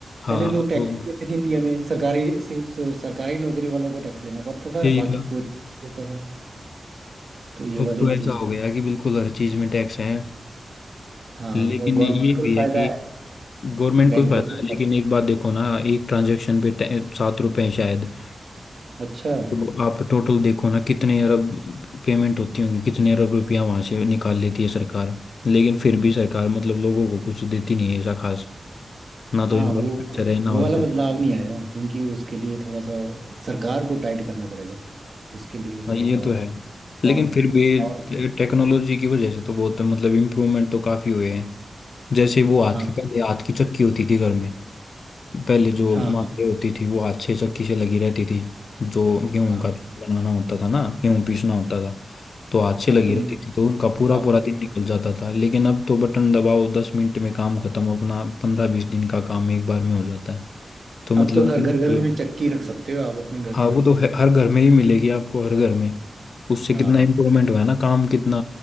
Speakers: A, on the left; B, on the right.
A: हाँ
B: पहले लोग
A: अब
B: टैक्स
A: तो
B: ही नहीं देते थे इंडिया में सरकारी सिर्फ सरकारी नौकरी वालों को टैक्स देना पड़ता था
A: यही
B: बाकी
A: था
B: कोई नहीं देता था तो ये
A: अब
B: वाली
A: तो ऐसा
B: चीज़ें
A: हो गया कि बिल्कुल हर चीज़ में टैक्स है
B: हाँ
A: लेकिन
B: वो गवर्नमेंट
A: ये
B: को
A: भी
B: भी फायदा
A: है कि
B: है
A: गवर्नमेंट
B: बैंकों
A: को भी फायदा
B: को
A: है लेकिन
B: भी
A: एक बात देखो ना एक ट्रांजैक्शन पे टै- सात रुपए हैं शायद
B: फायदा है। अच्छा
A: तो आप टोटल देखो ना कितने अरब पेमेंट होती होंगी कितने अरब रुपया वहां से निकाल लेती है सरकार लेकिन फिर भी सरकार मतलब लोगों को कुछ देती नहीं है ऐसा खास ना
B: हाँ
A: तो इंफ्रास्ट्रक्चर
B: वो वो
A: है ना और
B: वाला
A: कुछ
B: बदलाव नहीं आया क्योंकि उसके लिए थोड़ा सा सरकार को टाइट करना पड़ेगा उसके लिए तो
A: हाँ
B: थोड़ा
A: ये
B: सा
A: तो है लेकिन
B: और
A: फिर भी
B: और
A: टेक्नोलॉजी की वजह से तो बहुत मतलब इम्प्रूवमेंट तो काफी हुए हैं जैसे वो हाथ
B: हाँ
A: की पहले हाथ की चक्की होती थी घर में पहले जो
B: हाँ
A: माथे होती थी वो हाथ से चक्की से लगी रहती थी जो गेहूं
B: हाँ
A: का चूर बनाना होता था ना गेहूं पीसना होता था तो हाथ से
B: अब
A: लगी
B: तुम
A: रहती थी तो उनका पूरा
B: आप
A: पूरा
B: तो
A: दिन निकल जाता था लेकिन अब तो बटन दबाओ दस मिनट में काम खत्म अपना पंद्रह बीस दिन का काम एक बार में हो जाता है तो मतलब
B: अब तो हर घर घर
A: ये
B: में चक्की रख सकते हो आप अपने घर
A: हाँ
B: पे
A: वो तो है, हर घर में ही मिलेगी आपको हर घर में उससे
B: हाँ
A: कितना इम्प्रूवमेंट हुआ है ना काम कितना